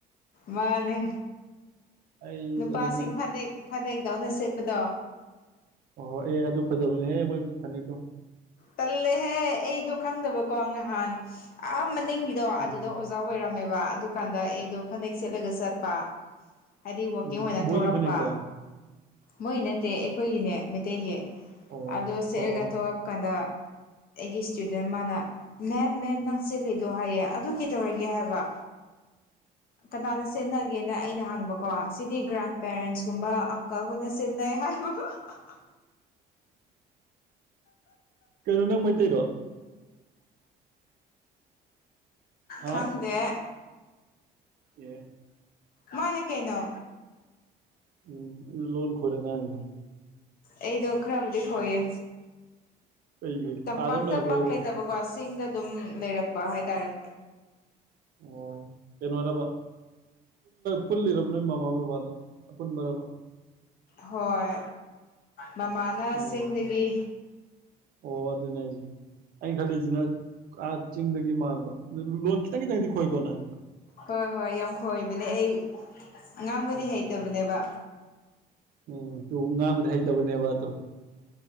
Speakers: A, on the left; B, on the right.
A: ꯃꯥꯅꯦ
B: ꯑꯩ
A: ꯅꯨꯄꯥꯁꯤꯡ
B: ꯑꯗꯨꯗꯤ
A: ꯐꯗꯦꯛ ꯐꯗꯦꯛꯗꯧꯅ ꯁꯦꯠ ꯄꯗꯣ
B: ꯑꯣ ꯍꯣꯏ ꯑꯦ ꯑꯗꯨ ꯐꯖꯕꯅꯦꯍ ꯃꯣꯏ ꯐꯅꯦꯛꯇꯣ
A: ꯇꯜꯂꯦꯍꯦ ꯑꯩꯗꯣ ꯈꯪꯗꯕꯀꯣ ꯉꯍꯥꯟ ꯑꯥ ꯅꯤꯡꯒꯤꯗꯣ
B: ꯎꯝ
A: ꯑꯗꯨꯗ ꯑꯣꯖꯥ ꯑꯣꯏꯔ ꯇꯝꯃꯦꯕ ꯑꯗꯨ ꯀꯥꯟꯗ ꯑꯩꯗꯣ ꯐꯅꯦꯛ ꯁꯦꯠꯂꯒ ꯆꯠꯄ ꯍꯥꯏꯗꯤ ꯋꯥꯛꯀꯤꯡ
B: ꯎꯝ
A: ꯑꯣꯏꯅ
B: ꯃꯣꯏꯒꯤ
A: ꯊꯣꯛꯂꯛꯄ
B: ꯐꯅꯦꯛꯇꯣ
A: ꯃꯣꯏ ꯅꯠꯇꯦ ꯑꯩꯈꯣꯏꯒꯤꯅꯦ ꯃꯩꯇꯩꯒꯤ
B: ꯑꯣ
A: ꯑꯗꯣ ꯁꯦꯠꯑꯒ
B: ꯑꯣ
A: ꯊꯣꯛꯂꯛꯄ ꯀꯥꯟꯗ <inaudible> ꯑꯩꯒꯤ ꯏꯁꯇꯨꯗꯦꯟ ꯃꯥꯅ ꯃꯦꯝ ꯃꯦꯝ ꯅꯪ ꯁꯦꯠꯂꯤꯗꯣ ꯍꯥꯏꯌꯦ ꯑꯗꯨ ꯀꯩꯗꯧꯔꯒꯦ ꯍꯥꯏꯕ ꯀꯅꯥꯅ ꯁꯦꯠꯅꯒꯦꯅ ꯑꯩꯅ ꯍꯪꯕꯀꯣ ꯁꯤꯗꯤ ꯒ꯭ꯔꯥꯟ ꯄꯦꯔꯦꯟꯁꯀꯨꯝꯕ ꯑꯪꯀꯜ ꯍꯣꯏꯅ ꯁꯤꯠꯅꯩ ꯍꯥꯏꯕ ꯑꯍꯥꯍꯥꯍꯥ
B: ꯀꯩꯅꯣ ꯅꯪ ꯃꯩꯇꯩꯔꯣ ꯍꯥ
A: ꯈꯪꯗꯦ
B: ꯑꯦ
A: ꯃꯥꯅꯦ ꯀꯩꯅꯣ
B: ꯎꯝ ꯑꯗꯨ ꯂꯣꯟ ꯈꯣꯏꯔ ꯉꯥꯡꯉꯤꯕ
A: ꯑꯩꯗꯣ ꯈꯔꯕꯨꯗꯤ ꯈꯣꯏꯌꯦ
B: ꯀꯩꯒꯤ
A: ꯇꯝꯄꯥꯛꯇ
B: ꯑꯥꯗ ꯑꯗꯨꯝ ꯂꯩꯔꯛꯄꯩꯔꯣ
A: ꯄꯥꯛ ꯂꯩꯇꯕꯀꯣ
B: ꯀꯩꯅꯣ
A: ꯆꯤꯡꯗ ꯑꯗꯨꯝ ꯂꯩꯔꯛꯄ ꯍꯥꯏꯇꯥꯔꯦ
B: ꯑꯣ ꯀꯩꯅꯣꯔꯕ ꯄꯨꯜꯂꯤꯔꯕ ꯅꯣꯏ ꯃꯃꯥ ꯕꯕꯥꯗꯣ ꯑꯄꯨꯟꯕꯔꯕ
A: ꯍꯣꯏ ꯃꯃꯥꯅ
B: ꯑꯣ
A: ꯆꯤꯡꯗꯒꯤ
B: ꯑꯣ ꯑꯗꯨꯅꯦ ꯍꯥꯏꯁꯦ ꯑꯩꯅ ꯈꯜꯂꯤꯁꯤꯅ ꯑꯥ ꯆꯤꯡꯗꯒꯤ ꯃꯥꯟꯕ ꯂꯣꯟ ꯈꯤꯇꯡ ꯈꯤꯇꯡ ꯗꯤ ꯈꯣꯏꯀꯣ ꯅꯪ
A: ꯍꯣꯏ ꯍꯣꯏ ꯌꯥꯝ ꯈꯣꯏꯕꯅꯦ ꯑꯩ ꯑꯉꯥꯡꯕꯗꯤ
B: ꯎꯝ
A: ꯍꯩꯇꯕꯅꯦꯕ
B: ꯎꯝ ꯇꯨ ꯉꯥꯡꯕꯗꯤ ꯍꯩꯇꯕꯅꯦꯕ ꯗꯣ